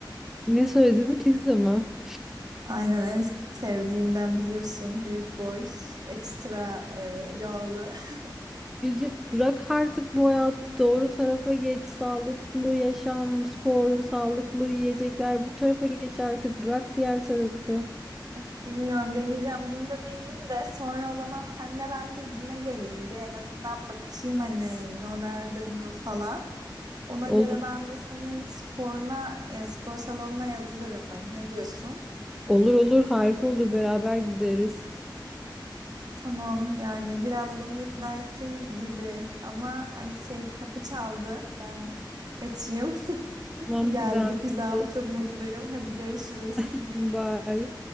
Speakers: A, in the centre; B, on the right.
A: Ne söyledin? Pizza mı?
B: aynen en sevdiğimden biliyorsun. Büyük boy, ekstra e, yağlı. <laughs>
A: Yüce bırak artık bu hayatı doğru tarafa geç. Sağlıklı yaşam, spor, sağlıklı yiyecekler bu tarafa geç artık. Bırak diğer tarafı.
B: Of bilmiyorum deneyeceğim. Bunu da bir yiyeyim de sonra o zaman senle ben bir cime geleyim. Bir en azından bakayım hani neler dönüyor falan. Ona
A: Olur
B: göre ben de senin sporuna, e, spor salonuna yazılırım. Ne diyorsun?
A: olur, olur harika olur beraber gideriz.
B: Tamam yani biraz beni ikna ettin gibi ama ay şey kapı çaldı. Ben kaçayım. <laughs>
A: Tamam
B: Geldi
A: hadi. afiyet
B: pizzam.
A: olsun.
B: Çok mutluyum. Hadi görüşürüz.
A: <laughs> Bye.